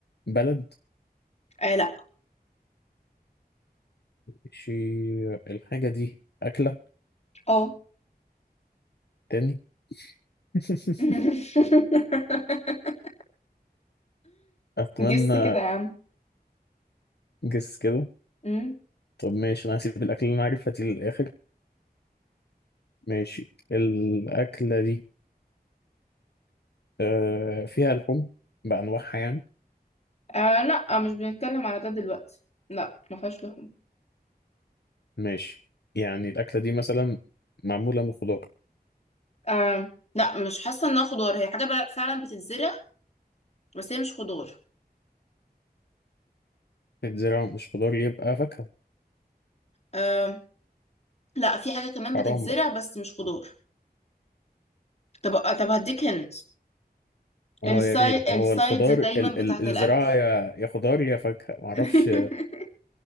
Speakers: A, on the left (about 85°); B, on the left (about 40°).
A: بلد
B: أه لا
A: ماشي الحاجة دي أكلة
B: اه
A: تاني <laughs>
B: <laughs>
A: اتمنى
B: جس كده يا عم
A: جس كده
B: أمم.
A: طب ماشي انا هسيب الاكل اللي انا عارفها دي للاخر ماشي الاكله دي آه فيها لحوم بانواعها يعني
B: أه لا مش بنتكلم على ده دلوقتي لا ما فيهاش لحوم
A: ماشي يعني الاكله دي مثلا معموله من خضار
B: أه لا مش حاسة انها خضار هي حاجة بقى فعلا بتتزرع بس هي مش خضار
A: الزراعه مش خضار يبقى فاكهه
B: آم، لا في حاجة كمان
A: حرام
B: بتتزرع
A: بقى
B: بس مش خضار طب طب هديك هنت
A: اه
B: السايد
A: يا ريت
B: السايدز
A: هو الخضار
B: دايما
A: ال
B: بتاعت
A: ال
B: الأكل
A: الزراعه يا يا خضار يا فاكهه معرفش
B: <laughs>